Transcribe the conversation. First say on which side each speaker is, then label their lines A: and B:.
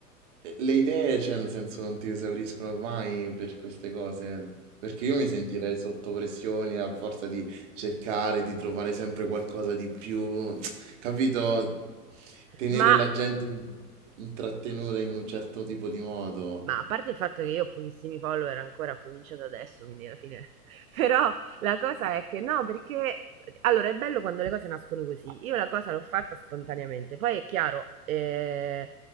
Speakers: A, on the right; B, on the right.
A: Eh, Le idee, cioè, nel senso, non ti esauriscono mai per queste cose. Perché io mi sentirei sotto pressione a forza di cercare, di trovare sempre qualcosa di più, capito? Tenere
B: Ma
A: la gente intrattenuta in un certo tipo di modo.
B: Ma a parte il fatto che io ho pochissimi follower ancora, ho cominciato adesso, quindi alla fine... <laughs> Però la cosa è che no, perché... Allora, è bello quando le cose nascono così. Io la cosa l'ho fatta spontaneamente. Poi è chiaro, eh,